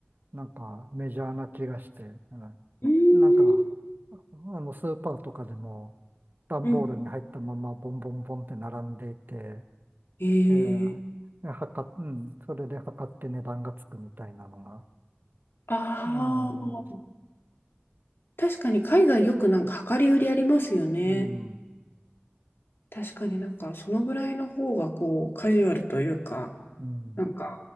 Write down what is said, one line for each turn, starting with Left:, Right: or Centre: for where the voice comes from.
Right: なんかメジャーな気がして、うん
Left: うーん。
Right: なんか、あのスーパーとかでも、段ボールに入ったままボンボンボンって並んでいて、
Left: うん。ええ
Right: ええ、はか、うん、それで測って値段がつくみたいなのが、
Left: ああ、
Right: うん、
Left: 確かに海外よくなんか量り売りありますよね。
Right: うん、
Left: 確かになんかそのぐらいの方がこうカジュアルというか、
Right: うん。
Left: なんか